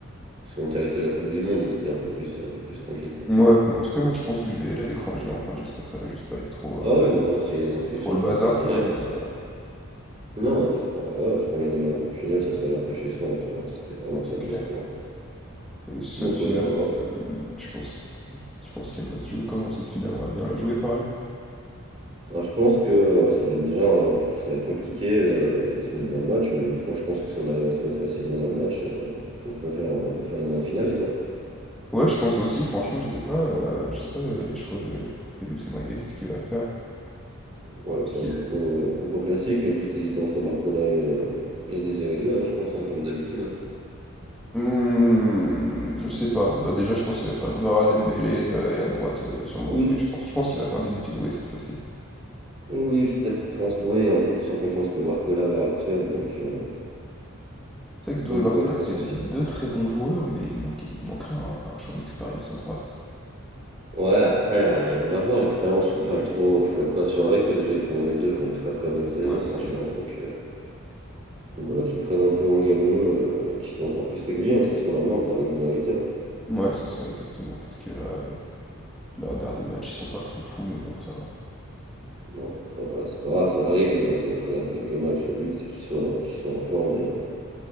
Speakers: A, on the right (about 30°); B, in the centre.
A: qui sont intéressés à la Coupe du Monde, donc c'était un peu plus, un peu plus tranquille, quoi.
B: Ouais, mais en tout cas, moi, je pense que je vais aller à l'écran géant. Enfin, j'espère que ça va juste pas être trop... euh,
A: Ah oui, moi, si les inscriptions,
B: trop le bazar,
A: je m'inscris direct.
B: quoi.
A: hein,
B: mais,
A: si je-
B: euh,
A: Non, juste pour, voilà, j'ai pas envie de regarder. Au final, ça se regarde pas chez soi, en soi, hein, si t'es vraiment
B: non,
A: fan
B: c'est clair.
A: de sport.
B: Et cette
A: Donc,
B: finale,
A: ouais, non, à voir.
B: tu penses, tu penses qu'elle va se jouer comment cette finale? On va bien la jouer, pareil.
A: Alors, je pense que euh, ça va être déjà euh, ça va être compliqué euh, de se mettre dans le match, mais une fois je pense que si on arrive à se mettre facilement dans le match, euh, on peut faire on peut faire une grande finale et toi?
B: Ouais, je pense aussi, franchement, je sais pas, euh, je sais pas euh, les choix de, de Luis Enrique, qu'est-ce qu'il va faire?
A: Ouais, on va
B: Parce
A: faire
B: qu'il
A: une compo,
B: est-
A: une compo classique, il va juste hésiter entre Barcola et, euh, et Désiré Doué, hein, je pense, hein, comme d'habitude. hein.
B: Hmm, je sais pas. Bah déjà, je pense qu'il va faire Gvara, Dembélé euh, et à droite euh, sûrement
A: Oui,
B: Doué, je pense. Je pense qu'il va faire débuter Doué cette fois-ci.
A: oui, je- peut-être je pense Doué est un peu plus en confiance que Barcola à l'heure actuelle, donc euh,
B: C'est vrai que Doué
A: donc
B: et Barcola,
A: ouais je pense
B: c'est
A: aussi.
B: deux, deux très bons joueurs, mais il manque, il manquerait un, un joueur d'expérience à droite.
A: Ouais, après euh, ils vont l'avoir l'expérience, faut pas le trop, faut être patient avec eux. Déjà ils font les deux font une très très bonne saison
B: Ouais, c'est
A: franchement,
B: clair.
A: donc Donc voilà, qu'ils prennent un peu en galon, euh, et qu'ils soient encore plus réguliers, hein, c'est ce qu'on leur demande, la régularité. hein.
B: Ouais, c'est ça exactement, parce que là, euh, Leurs derniers matchs, ils sont pas foufou, mais bon, ça va.
A: Non, après voilà, c'est pas grave, ça arrive de passer à travers quelques matchs, le but c'est qu'ils soient, qu'ils soient en forme et euh,